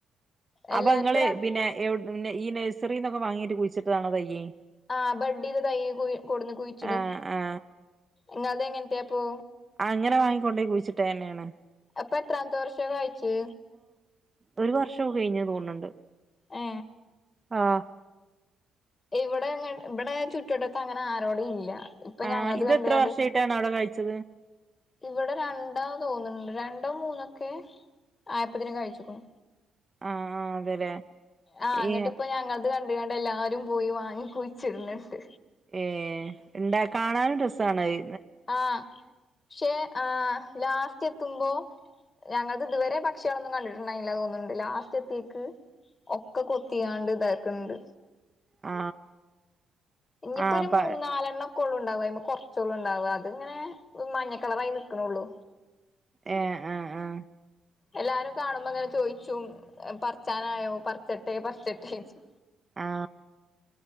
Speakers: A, on the left; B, on the right.
A: എല്ലാർക്കും
B: അപ്പൊ ഇങ്ങള്
A: ഒരു
B: പിന്നെ എവിട് പിന്നെ ഈ നഴ്സറീന്നൊക്കെ വാങ്ങീട്ട് കുയിച്ചിട്ടതാണോ തയ്യ്
A: ആഹ ബെഡെയ്ത തൈ കുയി കൊട്ന്ന് കുഴിച്ചിടും
B: ആ ആ
A: ഇങ്ങൾത് എങ്ങൻത്ത്യോപ്പൊ
B: ആങ്ങനെ വാങ്ങിക്കൊണ്ടെയ് കുഴിച്ചിട്ടേന്നേയാണ്
A: അപ്പൊ എത്രാമതെ വർഷാ കായിച്ചേ
B: ഒരു വർഷം കയിഞ്ഞ് തോന്ന്ണ്ട്
A: ഏ
B: ആ
A: ഇവിടെങ്ങ് ഇവടെ ചുറ്റട്ടത്ത്അങ്ങനെ ആരോട് ഇല്ല. ഇപ്പൊ
B: ആ
A: ഞങ്ങളത്
B: ഇത്
A: കണ്ട്
B: എത്ര
A: കണ്ട്
B: വർഷായിട്ടാണ് അവിടെ കഴി ത്
A: ഇവിടെ രണ്ടാതൊന്ന്ണ്ട് രണ്ടോ മുന്നോക്കെ ആയപ്പത്തിന് കയിച്ചിക്ണു
B: അ ആ അതെല്ലേ
A: ആ ആങ്ങട്ട്പ്പംഞങ്ങൾത്
B: ഈ
A: ക ണ്ട് കണ്ടെല്ലാരും പോയി വാങ്ങി കുഴിച്ചിട്ണ്ണ്ട്
B: ഏ ഇണ്ടാ കാണാനും രസാണത്
A: ആ ശേ അ ലാ <unintelligible> ത്തുമ്പോ ങ്ങൾ ഇത് വരെ പക്ഷി ളൊന്നു കണ്ടിട്ടിണ്ടായി ലാ തോന്ന്ണ്ട് ലാസ്റ്റത്തെക്ക്ഒക്കെ കൊത്യാണ്ട് താക്ക്ണ്ട്
B: ആ
A: ഞ്ഞിപ്പൊരു
B: ആ പ
A: മൂന്നാലണ്ണോക്കൊ ണ്ടാവും അയ്മ കൊർ ചേള്ളു ണ്ടാവ അതിങ്ങ മഞ്ഞക്കളറായി നി കാണുള്ളൂ
B: ഏ അ അ
A: എല്ലാരും കാണുമ്പങ്ങനെ ചോയ്ച്ചും പർച്ചാനായോ പർച്ച ട്ടേ പർച്ചട്ടെ ചേച്ചി
B: ആ